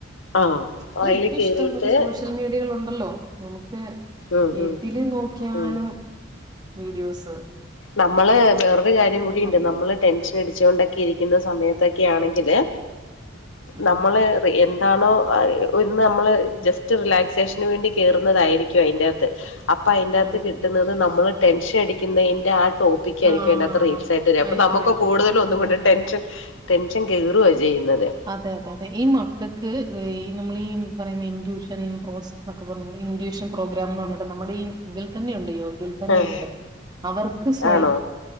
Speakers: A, on the left; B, on the right.
A: ആഹ്
B: അല്ലെ
A: അയില്
B: ഇപ്പ
A: കേറിയിട്ട്
B: ഇഷ്ടംപോലെ സോഷ്യൽ മീഡിയകളുണ്ടല്ലോ നമുക്ക്
A: ഉം
B: എതില്
A: ഉം
B: നോക്കിയാലും
A: ഉം
B: വീഡിയോസ്
A: നമ്മള് വേറൊരു കാര്യം കൂടിയുണ്ട്
B: കാര്യങ്ങള്
A: നമ്മള് ടെൻഷൻ അടിച്ചുകൊണ്ടൊക്കെ ഇരിക്കുന്ന സമയത് ത്തൊക്കെ ആണെങ്കില്
B: ഉം
A: നമ്മള് റി എൻ എന്താണോ ഇന്ന് നമ്മള് ജസ്റ്റ് റിലാക്സേഷന് വേണ്ടി കേറുന്നതായിരിക്കും അയിന്റകത്ത് അപ്പ അയിന്റാത്ത്
B: അതെ
A: കിട്ടുന്നത്
B: അതെ
A: നമ്മൾ ടെൻഷടിക്കുന്നെന്റ ആ ടോപ്പിക്കായിരിക്കും
B: ആഹ്
A: അയിനാത്ത് റീൽസായിട്ട് വരിക അപ്പൊ
B: ആയിരിക്കും
A: നമുക്ക്
B: ആയിരിക്കും
A: കൂടുതലും ഒന്നും
B: അതെ
A: കൂടെ
B: അതെ
A: ടെൻഷൻ ടെൻഷൻ കേറുവ ചെയ്യുന്നത്
B: അതെ അതെ അതെ ഈ മക്കക്ക് ഈ നമ്മള ഈ പറയുന്ന ഇൻട്യൂഷൻ പ്രോസസ്സ് എന്നൊക്കെ പറഞ്ഞി ഇൻട്യൂഷൻ പ്രോഗ്രാം എന്ന് പറഞ്ഞിട്ട് നമ്മുടെ ഈ ഇതിൽ തന്നെയുണ്ട് യോഗയിൽ തന്നെയുണ്ട്
A: ആഹ്
B: അവർക്ക് സ്
A: ആണോ